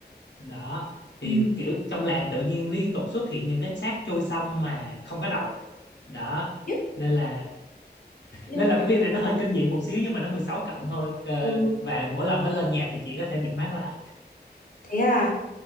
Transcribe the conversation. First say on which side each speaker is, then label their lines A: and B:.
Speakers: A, on the left; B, on the left.
A: đó thì
B: Ừ.
A: kiểu trong làng tự nhiên liên tục xuất hiện những cái xác trôi sông mà không có đầu đó
B: Biết.
A: nên là
B: Nhưng
A: nên là cái phim này nó hơi kinh dị một xíu nhưng mà nó 16 cộng thôi Ờ,
B: ừ,
A: và mỗi lần nó lên nhạc thì chị có thể bịt mắt là
B: thế à?